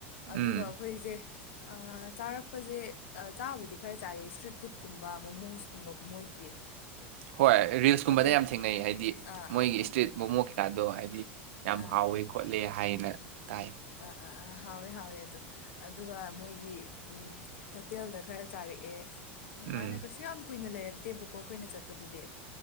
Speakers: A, on the left; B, on the right.
A: ꯑꯗꯨꯒ
B: ꯎꯝ
A: ꯑꯩꯈꯣꯏꯁꯦ ꯑꯥ ꯆꯥꯔꯛꯄꯁꯦ ꯆꯥꯕꯨꯗꯤ ꯈꯔ ꯆꯥꯔ ꯏꯁꯇ꯭ꯔꯤꯠ ꯐꯨꯗꯀꯨꯝꯕ ꯃꯣꯃꯣꯁꯨ ꯀꯨꯝꯕ ꯃꯣꯏꯒꯤ
B: ꯍꯣꯏ ꯔꯤꯜꯁꯀꯨꯝꯕꯗ
A: ꯍꯣꯇꯦꯜ
B: ꯌꯥꯝ ꯊꯦꯡꯅꯩ ꯍꯥꯏꯗꯤ
A: ꯑꯥ
B: ꯃꯣꯏꯒꯤ ꯏꯁꯇ꯭ꯔꯤꯠ ꯃꯣꯃꯣ ꯀꯩꯀꯥꯗꯣ ꯍꯥꯏꯗꯤ ꯌꯥꯝ
A: ꯑꯥ
B: ꯍꯥꯎꯋꯦ ꯈꯣꯠꯂꯦ ꯍꯥꯏꯅ ꯇꯥꯏ
A: ꯑꯥ ꯑꯥ ꯑꯥ ꯍꯥꯎꯋꯦ ꯍꯥꯎꯋꯦ ꯑꯗꯨꯝ ꯑꯗꯨꯒ ꯃꯣꯏꯒꯤ ꯍꯣꯇꯦꯜꯗ ꯈꯔ ꯆꯥꯔꯛꯑꯦ
B: ꯎꯝ
A: ꯃꯥꯏꯅꯦ ꯀꯁꯨ ꯌꯥꯝ ꯀꯨꯏꯅ ꯂꯩꯔꯛ ꯅ ꯇꯦꯕꯨꯀꯣ ꯑꯩꯈꯣꯏꯅ ꯆꯠꯄꯗꯨꯗꯤ